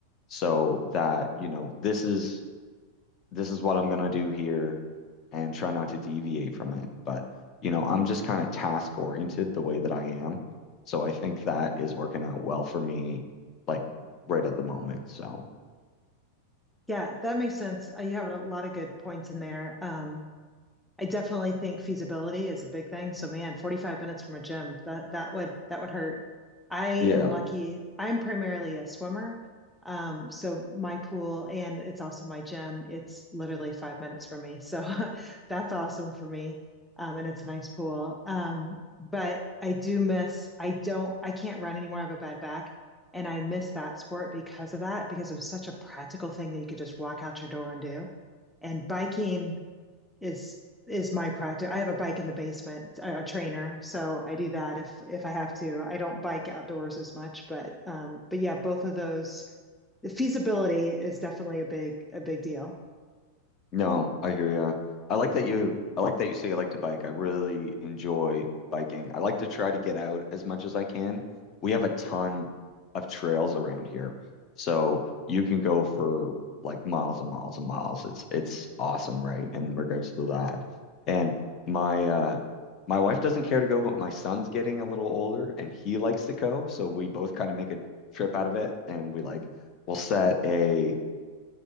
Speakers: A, on the left; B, in the centre.
A: so that, you know, this is this is what I'm gonna do here and try not to deviate from it. But, you know, I'm just kind of task oriented the way that I am. So I think that is working out well for me, like right at the moment. So
B: Yeah, that makes sense. Uh, You have a lot of good points in there. Um, I definitely think feasibility is a big thing. So man, 45 minutes from a gym, that that would that would hurt. I
A: yeah.
B: am lucky. I'm primarily a swimmer. Um, so my pool and it's also my gym. It's literally five minutes from me. So <laughs> that's awesome for me. Um, and it's a nice pool. Um, but I do miss, I don't, I can't run anymore. I have a bad back. And I miss that sport because of that, because it was such a practical thing that you could just walk out your door and do. And biking, is is my practice. I have a bike in the basement, a trainer, so I do that if if I have to. I don't bike outdoors as much, but um, but yeah, both of those. The feasibility is definitely a big a big deal.
A: No, I hear ya. I like that you I like that you say you like to bike. I really enjoy biking. I like to try to get out as much as I can. We have a ton of trails around here. So you can go for like miles and miles and miles. It's it's awesome, right? In regards to that. And my uh my wife doesn't care to go, but my son's getting a little older and he likes to go. So we both kind of make a trip out of it and we like we'll set a